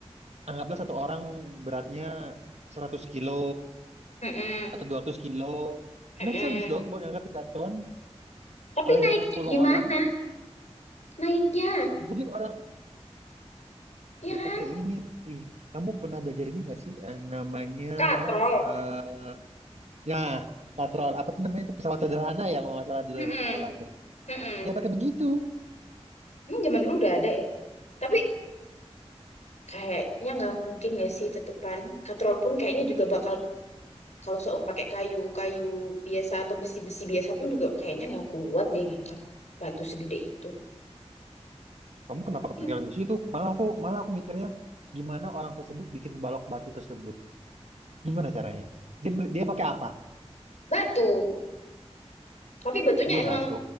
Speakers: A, on the right; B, on the left.
A: anggaplah satu orang beratnya 100 kilo
B: Heeh.
A: atau 200 kilo.
B: Heeh.
A: Make sense dong buat ngangkat 3 ton
B: Tapi
A: oleh
B: naiknya
A: dengan 10
B: gimana?
A: orang.
B: Naiknya,
A: Jadi orang
B: ya
A: ya
B: kan?
A: pakai ini. Ih, kamu pernah belajar ini nggak sih yang namanya
B: Katrol.
A: eh ya patrol apa tuh namanya itu pesawat sederhana ya kalau nggak salah di
B: Heeh.
A: zaman sekolah tuh.
B: Mm-mm.
A: Ya pakai begitu.
B: Emang zaman dulu udah ada ya? Tapi kayaknya nggak mungkin nggak sih tetepan. Katrol pun kayaknya juga bakal kalau soal pakai kayu-kayu biasa atau besi-besi biasa pun juga kayaknya nggak kuat deh ngangkat batu segede itu.
A: Kamu kenapa kepikiran
B: Iya.
A: di situ? Malah aku malah aku mikirnya gimana orang tersebut bikin balok batu tersebut? Gimana caranya? Dia dia pakai apa?
B: Batu. Tapi batunya
A: Iya
B: emang
A: batu.